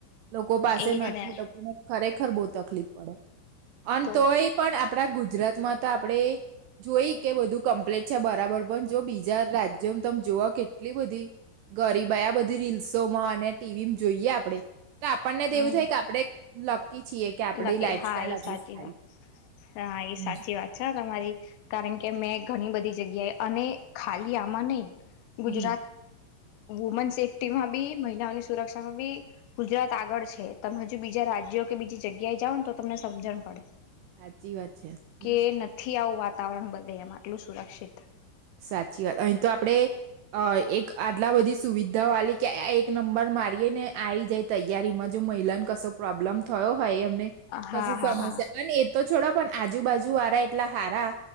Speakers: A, on the right; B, on the left.
A: લોકો પાસે
B: એજ
A: નથી
B: ને
A: લોકોને ખરેખ ખર બહુ તકલીફ પડે અને
B: તો
A: તોય પણ આપડા ગુજરાત માં તો આપડે જોઈ કે બધું કમ્પ્લીટ છે બરાબર પણ જો બીજા રાજ્યોમાં તમે જોઓ કેટલી બધી ગરીબ આ બધી રીલ્સોમાં અને ટીવીમાં જોઈએ આપણે તો આપણને તો
B: હમ
A: એવું થાય કે આપણેે લકી છીએ કે આપડી
B: લકી
A: લાઈફ સ્ટાઈલ
B: હા એ સાચી
A: આપણી સારી
B: વાત હા એ
A: હમ
B: સાચી વાત છે તમારી કારણ કે મેં ઘણી બધી જગ્યાએ અને ખાલી આમાં નહી
A: હમ
B: ગુજરાત વુમન સેફ્ટી માં બી મહિલાની સુરક્ષામાં બી ગુજરાત આળ આગળ છે તમે હજુ બીજા રાજ્યો કે બીજી જગ્યાએ જાઓ ને તો તમને સમજણ પડે
A: સાચી વાત છે હમ
B: કે નથી આવું વાત વાતાવરણ બધે એમ આટલું સુરક્ષિત
A: સાચી વાત અહીં તો આપડે અ એક આટલા બધી સુવિધા વાલી કે એક નંબર મારીએ ને આવી જાય તૈયારીમાં જો મહિલાને કશો પ્રોબ્લેમ થયો હોય એમને
B: હા
A: કશી
B: હા
A: સમસ્યા
B: હા
A: અને એ તો છોડા પણ આજુ બાાજુ વારા એટલા હારા